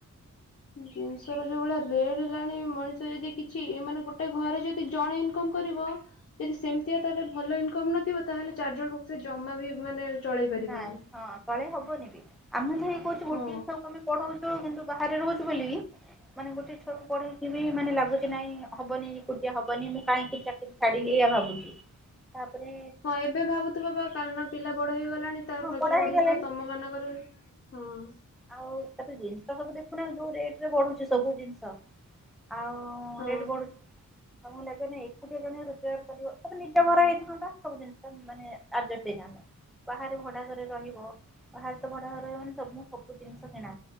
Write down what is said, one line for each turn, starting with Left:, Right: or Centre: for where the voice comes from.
Left: ଜିନିଷର ଯୋଉ ଭଳିଆ ରେଟ ହେଲାଣି ମଣିଷ ଯଦି କିଛି ଏ ମାନେ ଗୋଟେ ଘରେ ଯଦି ଜଣେ ଇନ୍ କମ୍ କରିବ ଯଦି ସେମିତିଆ ତାର ଭଲ ଇନକମ୍ ନଥିବ ତାହେଲେ ଚାରି ଜଣଙ୍କୁ ସେ ଜମା ବି ମାନେ ଚଳେଇ ପାରିବନି।
Centre: ନାଇଁ ହଁ ତଳେ ହବନି। ଆମେ ତ ହେଇ କହୁଛୁ
Left: ହଁ
Centre: ଗୋଟେ ଛୁଆକୁ ଆମେ ପଢଉଛୁ କିନ୍ତୁ ବାହାରେ ରହୁଛୁ ବୋଲିକି ମାନେ ଗୋଟେ ଛୁଆକୁ ପଢେଇକି ବି ମାନେ ଲାଗୁଛି ନାଇଁ ହବନି। ଏକୁଟିଆ ହବନି ମୁଁ କାହିଁକି ଚାକିରୀ ଛାଡିଲି ଏଇଆ ଭାବୁଛି। ତାପରେ
Left: ହଁ ଏବେ ଭାବୁଥୁବ ବା କାରଣ ପିଲା ବଡ ହେଇଗଲାଣି ତାର
Centre: ହଁ
Left: ଖର୍ଚ୍ଚ
Centre: ପଢା ହେଇଗଲାଣି
Left: ବଢିଯିବ ତମ ମାନଙ୍କର ହଁ।
Centre: ଆଉ ତାପରେ ଜିନିଷ ତ ସବୁ ଦେଖୁନା ଆଉ ଯୋଉ ରେଟରେ ବଢୁଛି ସବୁ ଜିନିଷ ଆଉ
Left: ହଁ
Centre: ରେଟ୍ ବଢୁଛି। ତମକୁ ଲାଗେ ନା ଏକୁଟିଆ ଜଣେ ରୋଜଗାର କରିବ ତାପରେ ନିଜ ଘର ହେଇଥାନ୍ତା ସବୁ ଜିନିଷ ମାନେ ଆର୍ଜେଷ୍ଟ ହେଇଥନ୍ତା। ବାହାରେ ଭଡ଼ାଘରେ ରହିବ ବାହାରେ ତ ଭଡାଘର ମାନେ ସବୁ ସବୁ ଜିନିଷ କିଣା